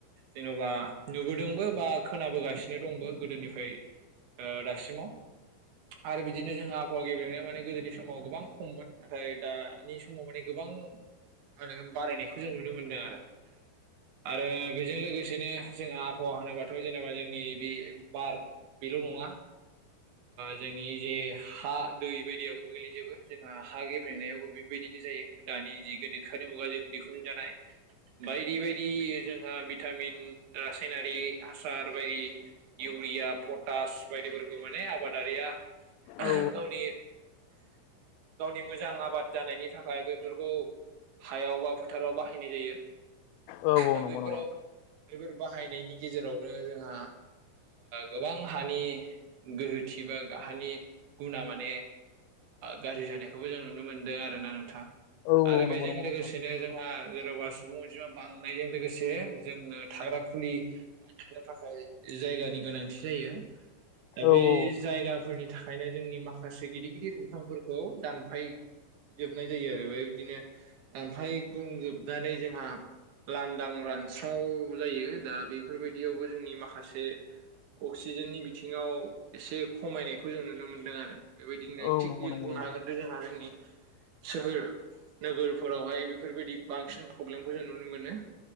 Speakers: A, on the right (about 70°); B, on the left (about 90°).
A: जेन'बा नुबोदोंबो बा खोनाबोगासिनो दंबो गोदोनिफ्राय दासिमाव आरो बिदिनो जोंहा आबहावा गेब्रेंनाया माने गोदोनि समाव गोबां खममोन। नाथाय दानि समाव माने गोबां मा होनो बारायनायखौ जों नुनो मोनदों आरो। आरो बेजों लोगोसेनो जोङा आबहावा होनो बा थ' जेनेबा जोंनि बे बार बेल' नङा। जोंनि जे हा दै बायदियाबो गोल्लैजोबो जोंहा हा गेब्रेंनायाबो बेबायदिनो जायो। दानि जि गोनदोखोआरि मुगाजों दिहुनजानाय बायदि बायदि जोंहा भिटामिन रासायनारि हासार बायदि इउरिया पटास बायदिफोरखौ माने आबादारिया
B: औ
A: गावनि गावनि मोजां आबाद जानायनि थाखाय बेफोरखौ हायाव बा फोथाराव बाहायनाय जायो
B: औ औ
A: दा
B: नंगौ
A: बैफोराव
B: नंगौ नोंथां
A: बेफोर बाहायनायनि गेजेरावनो जोंहा गोबां हानि गोहोथि बा हानि गुना माने गाज्रि जानायखौबो जों नुनो मोनदों आरो ना नोंथां
B: औ
A: आरो
B: औ नंगौ
A: बेजों
B: नंगौ
A: लोगोसेनो
B: नोंथां
A: जोंहा जेन'बा सुबुं अनजिमा बांनायजों लोगोसे जोंनो थाग्रा खुलि थानो थाखाय जायगानि गोनांथि जायो दा
B: औ
A: बे
B: औ
A: जायगाफोरनि थाखायनो जोंनि माखासे गिदिर गिदिर बिफांफोरखौ दानफाय जोबनाय जायो आरो बेबायदिनो दानफाय गुंजोबनानै जोंहा लांदां रानस्राव जायो दा बेफोरबायदियावबो जोंनि माखासे अक्सिजेननि बिथिङाव एसे खमायनायखौ जों नुनो मोनदों आरो बेबायदिनो
B: औ
A: थिग
B: नंगौ
A: जों
B: नंगौ
A: बुंनो
B: नोंथां
A: हागोन जोंहा जोंनि सोहोर नोगोरफोरावहाय बेफोरबायदि बांसिन प्रब्लेमखौ जों नुनो मोनो